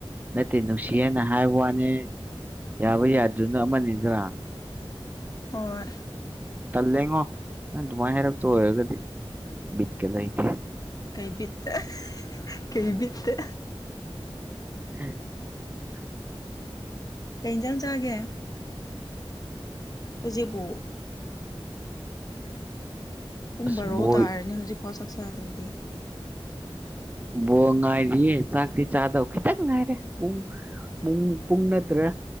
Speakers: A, on the right; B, on the left.
A: ꯅꯠꯇꯦ ꯅꯨꯡꯁꯤ ꯍꯥꯏꯅ ꯍꯥꯏꯕ ꯋꯥꯅꯤ ꯌꯥꯕ ꯌꯥꯗ꯭ꯔꯅ ꯑꯃꯅꯤꯗ꯭ꯔꯥ
B: ꯍꯣꯏ
A: ꯇꯜꯂꯦꯉꯣ ꯅꯪ ꯑꯗꯨꯃꯥꯏꯅ ꯍꯥꯏꯔꯛꯇ ꯑꯣꯏꯔꯒꯗꯤ ꯕꯤꯛꯀ ꯂꯩꯇꯦ
B: ꯀꯩꯕꯤꯠꯇ ꯀꯩꯕꯤꯠꯇ
A: ꯎꯝ <inaudible>
B: ꯀꯩ ꯏꯖ ꯆꯥꯒꯦ ꯍꯧꯖꯤꯄꯣꯛ ꯄꯨꯡ
A: ꯑꯁ
B: ꯕꯥꯔꯣ
A: ꯕꯣꯏ
B: ꯇꯥꯔꯅꯤ ꯍꯧꯖꯤꯛꯐꯥꯎ ꯆꯠ ꯆꯗ꯭꯭ꯔꯗꯤ
A: ꯕꯣ ꯉꯥꯏꯔꯤꯌꯦ ꯆꯥꯛꯇꯤ ꯆꯥꯗꯧ ꯈꯤꯇꯪ ꯉꯥꯏꯔꯦ ꯄꯨꯡ ꯨꯡ ꯄꯨꯨꯡꯟꯅꯠꯇꯔꯦ